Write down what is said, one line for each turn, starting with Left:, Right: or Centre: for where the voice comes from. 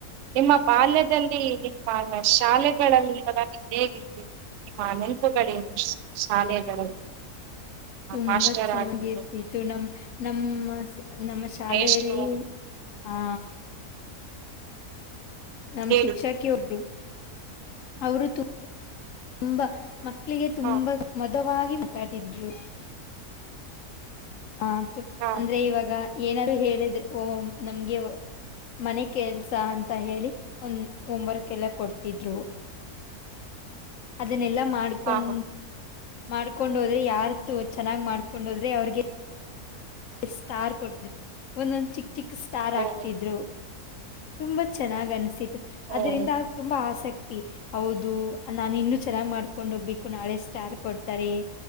Right: ನಿಮ್ಮ ಬಾಲ್ಯದಲ್ಲಿ ನಿಮ್ಮ ಶಾಲೆಗಳಲ್ಲಿ ಹೇಗಿರ್ತ್ತುತ್ತು ನಿಮ್ಮ ಅನಂತಗಳೇನು ಶಾ ಶಾಲೆಗಳಲ್ಲಿ
Left: ತುಂಬಾ
Right: ಮಾಸ್ಟರ್
Left: ಚೆನ್ನಾಗಿರ್ತಿ
Right: ಆಗಿರ್ಬೋದು
Left: ಇದು ನಮ್ಮ ನಮ್ಮ ಸ ನಮ್ಮ ಶಾಲೆಯಲ್ಲಿ
Right: ಮೇಷ್ಟ್ರು
Left: ಆ ನಮ್ಮ
Right: ಹೇಳಿ
Left: ಶಿಕ್ಷಕಿಯವರು ಅವರು ತುಂ ತುಂಬಾ ಮಕ್ಕಳಿಗೆ ತುಂಬಾ
Right: ಹಾ
Left: ಮದವಾಗಿ ಮಾತಾಡಿದ್ರು ಮಾತು
Right: ಹಾ
Left: ಅಂದ್ರೆ ಇವಾಗ ಏನಾದರು ಹೇಳಿದ್ರೆ ಓ ನಮ್ಗೆ ಮನೆ ಕೆಲ್ಸ ಅಂತ ಹೇಳಿ ಒಂದ್ ಹೋಮ್ವರ್ಕ್ ಎಲ್ಲ ಕೊಡ್ತಿದ್ರು ಅದನ್ನೆಲ್ಲಾ ಮಾಡ್ಕೊಂಡ
Right: ಹಾ
Left: ಮಾಡ್ಕೊಂಹೋದ್ರೆ ಯಾರ್ ತು ಚೆನ್ನಾಗ್ ಮಾಡ್ಕೊಂಡು ಹೋದ್ರೆ ಅವ್ರಿಗೆ ಸ್ಟಾರ್ ಕೊ ಕೋಡ್ತಿದ್ರು ಒಂದೊಂದ್ ಚಿಕ್ ಚಿಕ್ ಸ್ಟಾರ್
Right: ಹಾ
Left: ಆಕ್ತಿದ್ರು ತುಂಬಾ ಚೆನ್ನಾಗ್ ಅನ್ಸಿತು
Right: ಹ್ಮ್
Left: ಅದ್ರಂದ ತುಂಬಾ ಆಸಕ್ತಿ ಹೌದು ನಾನಿನ್ನು ಚೆನ್ನಾಗ್ ಮಾಡ್ಕೊಂಡ್ ಹೋಗ್ಬೇಕು ನಾಳೆ ಸ್ಟಾರ್ ಕೊಡ್ತಾರೆ